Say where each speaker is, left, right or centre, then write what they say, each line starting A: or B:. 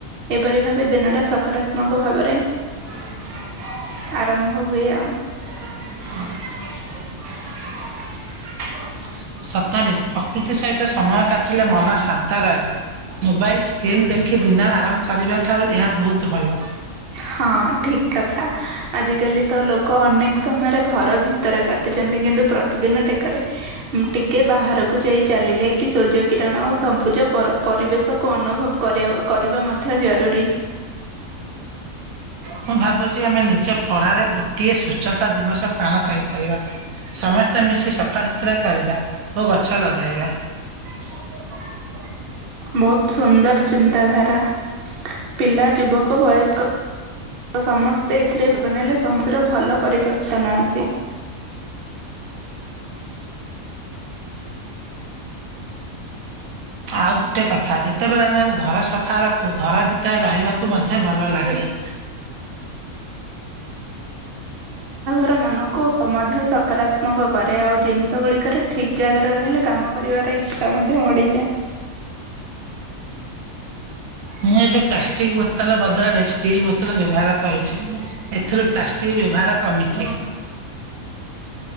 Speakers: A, on the right; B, on the right.
A: ଏପରି ଭାବେ ଦିନଟା ସକାରାତ୍ମକ ଭାବରେ
B: <inaudible>
A: ଆରମ୍ଭ ହୁଏ ଆଉ।
B: <inaudible> ସତରେ ପ୍ରକୃତି ସହିତ ସମୟ କାଟିଲେ ମନ ଶାନ୍ତ ରହେ। ମୋବାଇଲ୍ ସ୍କ୍ରିନ୍ ଦେଖି ଦିନ ଆରମ୍ଭ କରିବା ଠାରୁ ଏହା ବହୁତ ଭଲ।
A: ହଁ ଠିକ୍ କଥା ଆଜିକାଲି ତ ଲୋକ ଅନେକ ସମୟରେ ଘର ଭିତରେ କାଟ ଟୁଛନ୍ତି କିନ୍ତୁ ପ୍ରତିଦିନ ଟେକରେ ମ୍ ଟିକେ ବାହାରକୁ ଯାଇ ଚାଲିଲେ କି ସୂର୍ଯ୍ୟ କିରଣ ଓ ସମ୍ପୁଜ ପ ପରିବେଶକୁ ଅନୁଭବ- କରିବା କରିବା ମଧ୍ୟ ଜରୁରୀ। <unintelligible>
B: ମୁଁ ଭାବୁଛି ଆମେ ନିଜ ପଢାରେ ଗୋଟିଏ ସ୍ଵଚ୍ଛତା ଦିବସ ପାଳନ କରିପାରିବା। ସମସ୍ତେ ମିଶି ସଫାସୁତୁରା କରିବା ଓ ଗଛ ଲଗାଇବା। <inaudible>
A: ବହୁତ ସୁନ୍ଦର ଚିନ୍ତାଧାରା। ପିଲା ଯୁବକ ବୟସ୍କ ସମସ୍ତେ ଏଥିରେ ଭାଗ ନେଲେ ସମାଜର ଭଲ ପରିବର୍ତ୍ତନ ଆସି
B: ଆଉ ଗୋଟେ କଥା ଯେତେବେଳେ ଆମେ ଘର ସଫା ରଖୁ ଘର ଭିତରେ ରହିବାକୁ ମଧ୍ୟ ଭଲ ଲାଗେ। <inaudible>
A: ତ ମନକୁ ସ ମଧ୍ୟ ସକରା- ତ୍ମକ, କରେ ଆଉ ଜିନିଷ ଗୁଡିକରେ ଠିକ୍ ଜାଗାରେ ରହିଲେ କାମ କରିବାର ଇଚ୍ଛା ମଧ୍ୟ ବଢିଯାଏ।
B: ମୁଁ ଏବେ ପ୍ଲାଷ୍ଟିକ ବୋତଲ ବଦଳରେ ଷ୍ଟିଲ୍ ବୋତଲ ବ୍ୟବହାର କରୁଛି। ଏଥିରୁ ପ୍ଲାଷ୍ଟିକ ବ୍ୟବହାର କମିଛି।